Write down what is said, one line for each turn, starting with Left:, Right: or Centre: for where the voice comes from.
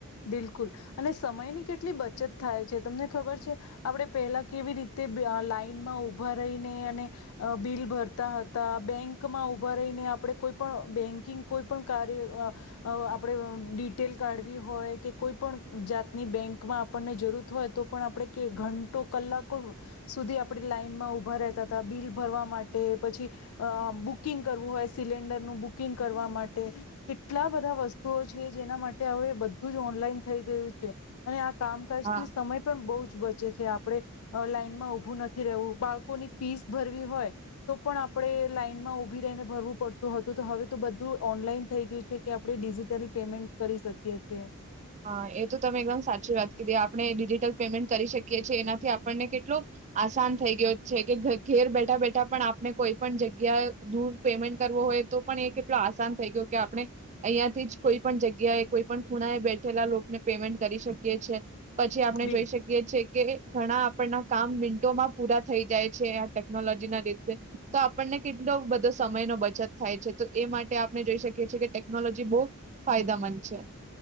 Left: બિલકુલ, અને સમયની કેટલી બચત થાય છે. તે તમને ખબર છે? આપણે પેલા કેવી રીતે બી લાઈનમાં ઉભા રહીને અને બિલ ભરતા હતા, બેંકમાં ઉભા રહીને, આપણે કોઈ પણ બેંકિંગ કોઈ પણ કાર્ય, આપણે ડિટેલ કાઢવી હોય કે કોઈ પણ જાતની બેંકમાં આપણને જરૂરત હોય, તો પણ આપણે ઘંટો કલાકો સુધી આપણે લાઈનમાં ઉભા રહેતા હતા. બિલ ભરવા માટે પછી બુકિંગ કરવું હોય સિલિન્ડરનું બુકિંગ કરવા માટે. કેટલા બધા વસ્તુઓ છે જેના માટે હવે બ ધ્ધું જ ઓનલાઈન થઈ ગયું છે. અને આ કામકાજથી
Right: હા.
Left: સમય પણ બહુ જ વધ ચે છે. આપણે લાઈનમાં ઉભું નથી રહેવું. બાળકોની ફીસ ભરવી હોય તો પણ આપણે લાઈનમાં ઉભી રહીને ભરવું પડતું હતું, તો હવે તો બધું ઓનલાઈન થઈ ગયું છે, કે આપણે ડિજીિટલી પેમેન્ટ કરી શકીએ છે.
Right: હા, એ તો તમે એકદમ સાચી વાત કીધી. આપણે ડિજિટલ પેમેન્ટ કરી શકીએ છીએ, એનાથી આપણને કેટલો આસાન થઈ ગયો છે, કે ઘેર બેઠા બેઠા પણ આપણે કોઈ પણ જગ્યાએ દૂર પેમેન્ટ કરવો હોય તો પણ એ કેટલો આસાન થઈ ગ્યો, કે આપણે અહીંયાથી જ કોઈ પણ જગ્યાએ કોઈ પણ ખૂણાએ બેઠા પેલા લોકને પેમેન્ટ કરી શકીએ છે. પછી આપણે
Left: બિલ
Right: જોઈ શકીએ છીએ કે. ઘણા આપણના કામ મિન્ટોમાં પૂરા થઈ જાય છે આ ટેકનોલોજી ના લીધે તો આપણને કેટલો બધો સમયનો બચત થાય છે તો એ માટે આપણે જોઈ શકીએ છેીએ કે ટેકનોલોજી બહુ ફાયદાામંદ છે.